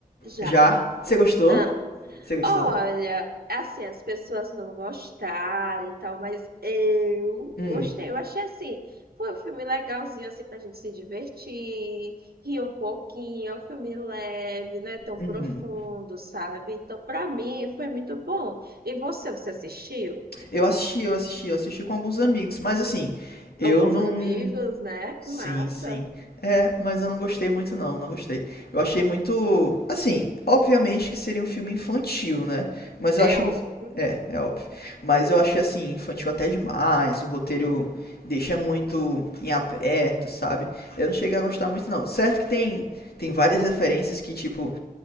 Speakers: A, on the right (about 80°); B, on the left (about 85°).
A: já.
B: Já? Você gostou?
A: Ah,
B: Você gostou?
A: olha, assim, as pessoas não gostarem e tal, mas eu
B: Hum,
A: gostei. Eu achei assim, foi um filme legalzinho, assim, pra gente se divertir, rir um pouquinho. É um filme leve, não é tão
B: uhum.
A: profundo, sabe? Então, pra mim, foi muito bom. E você, você assistiu?
B: Eu assisti, eu assisti, eu assisti com alguns amigos, mas assim, eu
A: Alguns
B: não,
A: amigos, né? Que
B: Sim,
A: massa.
B: sim. É, mas eu não gostei muito não, não gostei. Eu achei muito, assim, obviamente que seria um filme infantil, né? Mas eu achei,
A: É óbvio.
B: é, é óbvio. Mas eu achei assim infantil até demais, o roteiro deixa muito em aberto, sabe? Eu não cheguei a gostar muito não. Certo que tem tem várias referências que tipo